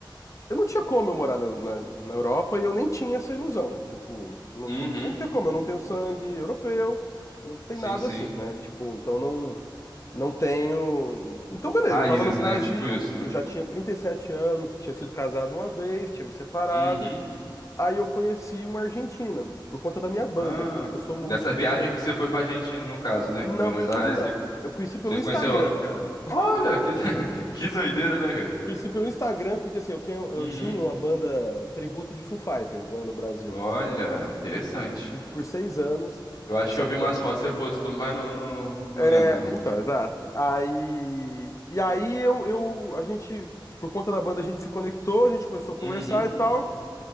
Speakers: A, on the left; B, on the left.
A: Eu não tinha como eu morar na, na, na Europa e eu nem tinha essa ilusão. Tipo, não,
B: Uhum.
A: não tinha como, eu não tenho sangue europeu, não tem
B: Sim,
A: nada
B: sim.
A: assim, né? Tipo, então não, não tenho. Então, beleza,
B: Raízes,
A: eu tava no Brasil,
B: né? Tipo isso, né?
A: eu já tinha 37 anos, tinha sido casado uma vez, tinha me separado.
B: Uhum.
A: Aí eu conheci uma argentina, por conta da minha banda,
B: Ah,
A: que eu, eu sou músico
B: dessa viagem
A: também.
B: que você foi pra Argentina, no caso, né?
A: Na
B: Buenos
A: verdade,
B: Aires,
A: não.
B: você
A: Eu conheci pelo
B: você
A: Instagram,
B: conheceu.
A: cara.
B: Olha, que, <laughs> que
A: Conheci,
B: doideira, né, cara?
A: conheci pelo Instagram, porque assim, eu tenho, eu
B: Uhum.
A: tinha uma banda tributo de Foo Fighters, né, no Brasil.
B: Olha, interessante.
A: Eu tive, tive por seis anos
B: Eu acho
A: essa
B: que eu vi
A: banda.
B: umas fotos que você postou, mas não, não, não
A: É,
B: lembro, não.
A: então, exato. Aí, e aí eu, eu, a gente, por conta da banda, a gente se conectou, a gente começou a conversar
B: Uhum.
A: e tal.